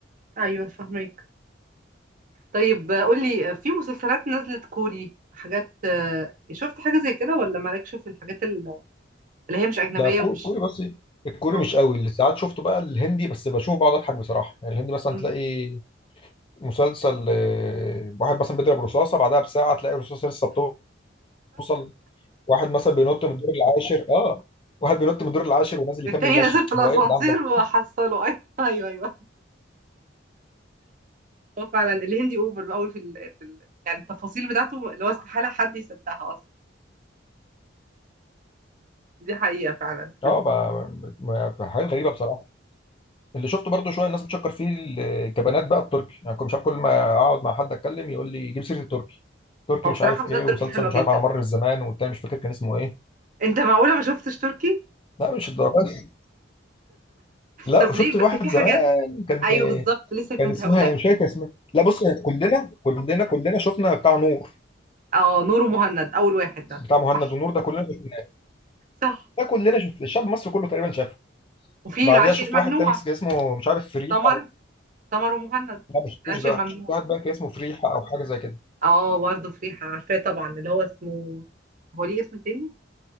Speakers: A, on the right (about 45°); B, on the left (about 30°).
A: ايوه فاهمك طيب قولي في مسلسلات نزلت كوري حاجات آه، شفت حاجة زي كده ولا مالكش في الحاجات ال- اللي هي مش أجنبية
B: لا كو-
A: ومش
B: كوري بس إيه، الكوري
A: أو
B: مش قوي اللي ساعات شفته بقى الهندي بس بشوفه بقعد اضحك بصراحه يعني الهندي مثلا
A: مم.
B: تلاقي مسلسل آه، واحد مثلا بيضرب رصاصه بعدها بساعه تلاقي الرصاصه لسه بتوصل واحد مثلا بينط من الدور العاشر اه واحد بينط من الدور العاشر ونازل يكمل
A: التاني
B: ماشي
A: نازل في الأسانسير
B: هو ايه الكلام ده؟
A: وحصله <laughs> أيوه أيوه أيوه هو فعلا الهندي أوفر قوي في, ال... في ال... يعني التفاصيل بتاعته اللي هو استحالة حد يصدقها أصلا دي حقيقة فعلا في
B: اه
A: الم...
B: ما- ما- ما- حاجات غريبه بصراحه اللي شفته برضو شويه الناس بتشكر فيه الكبانات بقى التركي يعني كنت مش عارف كل ما اقعد مع حد اتكلم يقول لي جيب سيره التركي تركي
A: هو
B: مش
A: بصراحة
B: عارف
A: مسلسلات
B: ايه ومسلسل
A: تركي حلوة
B: مش
A: جدا
B: عارف على مر الزمان والتاني مش فاكر كان اسمه ايه
A: أنت معقولة ما شفتش تركي؟
B: لا مش الدرجه لا
A: طب
B: شفت
A: ليه بس
B: واحد
A: في
B: زمان
A: حاجات
B: كان
A: أيوه بالظبط لسه كنت
B: كان اسمها
A: هقول لك
B: إيه؟ مش فاكر اسمها لا بص هي كلنا كلنا كلنا شفنا بتاع نور
A: أه نور مهند أول واحد ده
B: بتاع مهند
A: صح
B: ونور ده كلنا شفناه
A: صح
B: ده كلنا شفت الشعب المصري كله تقريبا شافه
A: وفي
B: بعديها
A: العاشق
B: شفت
A: الممنوع
B: واحد تاني كان اسمه مش عارف فريحه
A: تمر تمر ومهند
B: لا ما شفتوش
A: العيش
B: ده
A: الممنوع
B: شفت واحد بقى كان اسمه فريحه او حاجه زي كده
A: اه برضه فريحة عارفاه طبعا اللي هو اسمه هو ليه اسم تاني